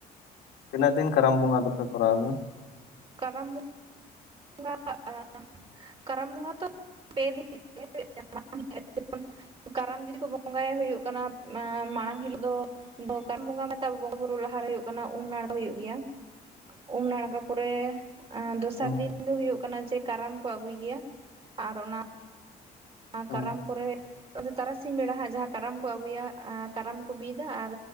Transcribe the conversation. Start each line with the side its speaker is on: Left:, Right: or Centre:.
Left: ᱛᱤᱱᱟᱹᱜ ᱫᱤᱱ ᱠᱟᱨᱟᱢ ᱵᱚᱸᱜᱟ ᱫᱚᱯᱮ ᱠᱚᱨᱟᱣ ᱜᱮᱭᱟ?
Right: ᱠᱟᱨᱟᱢ <unintelligible> ᱠᱟᱨᱟᱢ ᱵᱚᱸᱜᱟ ᱛᱚ <unintelligible> ᱯᱮ ᱫᱤᱱ <unintelligible> ᱠᱟᱨᱟᱢ ᱡᱩᱫᱤ ᱠᱚ ᱵᱚᱸᱜᱟᱭᱟ ᱦᱩᱭᱩᱜ ᱠᱟᱱᱟ ᱢᱟᱲᱟᱝ ᱦᱤᱞᱳ ᱫᱚ <unintelligible> ᱵᱚᱸᱜᱟ ᱢᱮᱛᱟᱜ ᱵᱚᱸᱜᱟ ᱵᱩᱨᱩ ᱞᱟᱦᱟ ᱨᱮ ᱦᱩᱭᱩᱜ ᱠᱟᱱᱟ ᱩᱢ ᱱᱟᱲᱠᱟ ᱦᱩᱭᱩᱜ ᱜᱮᱭᱟ᱾ ᱩᱢ ᱱᱟᱲᱜᱟ ᱯᱚᱨᱮ ᱟᱸ ᱫᱚᱥᱟᱨ
Left: ᱦᱩᱸ
Right: ᱫᱤᱱ ᱫᱚ ᱦᱳᱭᱳᱜ ᱠᱟᱱᱟ ᱡᱮ ᱠᱟᱨᱟᱢ ᱠᱚ ᱟᱹᱜᱩᱭ ᱜᱮᱭᱟ, ᱟᱨ ᱚᱱᱟ ᱟᱸ
Left: ᱦᱩᱸ
Right: ᱠᱟᱨᱟᱢ ᱯᱚᱨᱮ ᱟᱫᱚ ᱛᱟᱨᱟᱥᱤᱧ ᱵᱮᱲᱟ ᱦᱟᱸᱜ ᱡᱟᱦᱟᱸ ᱠᱟᱨᱟᱢ ᱠᱚ ᱟᱹᱜᱩᱭᱟ ᱟᱨ ᱠᱟᱨᱟᱢ ᱠᱚ ᱵᱤᱫᱟ ᱟᱨ